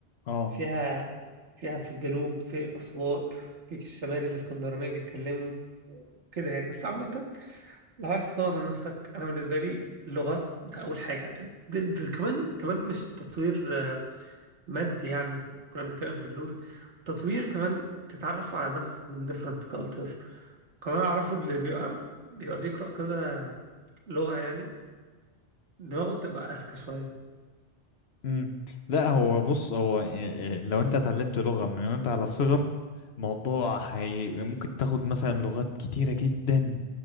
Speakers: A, on the left; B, on the right.
A: اه
B: فيها فيها في الجنوب في أسوان في في الشمال الإسكندرانية بيتكلموا كده يعني بس عامة لو عايز تطور من نفسك أنا بالنسبة لي اللغة ده أول حاجة ده ده كمان كمان مش تطوير آه، مادي يعني كنا بنتكلم في الفلوس تطوير كمان تتعرف على ناس من different culture كمان أعرفه اللي بيبقى بيبقى بيقرأ كذا لغة يعني دماغه بتبقى أذكى شوية
A: امم لا هو بص هو إيه- إيه، لو انت اتعلمت لغة من وانت على الصغر موضوع هي ممكن تاخد مثلا لغات كتيرة جدا